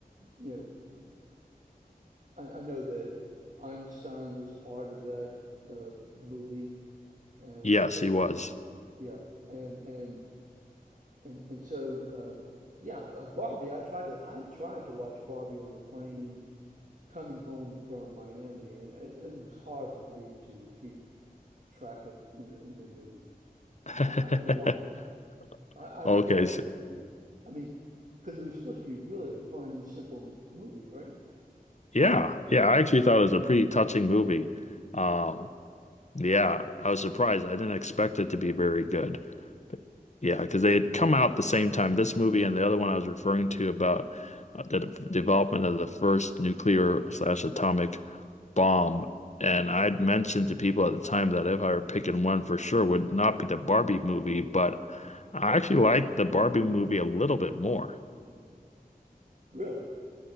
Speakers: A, on the right (about 55°); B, on the left (about 50°).
A: you know, I, I know that Einstein was part of that uh, movie, and
B: Yes,
A: uh,
B: he was.
A: yeah, and and and and so uh, yeah, uh, Barbie. I tried to I tried to watch Barbie on a plane coming home from Miami, and it, it was hard for me to keep track of in, the- in the movie.
B: <laughs>
A: I, I don't know why. I, I,
B: Okay,
A: I don't.
B: so,
A: I mean, because it was supposed to be really a fun, simple movie, right?
B: yeah, yeah. I actually thought it was a pretty touching movie. Um, Yeah, I was surprised. I didn't expect it to be very good. But yeah, because they had come out the same time, this movie and the other one I was referring to about uh, the d- development of the first nuclear slash atomic bomb. And I'd mentioned to people at the time that if I were picking one for sure would not be the Barbie movie, but I actually liked the Barbie movie a little bit more.
A: Really.